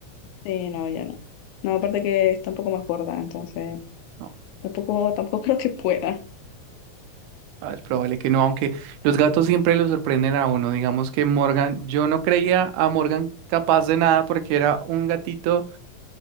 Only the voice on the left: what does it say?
Sí, no, ya no. No, aparte que está un poco más gorda, entonces
tampoco, tampoco <laughs> creo que pueda.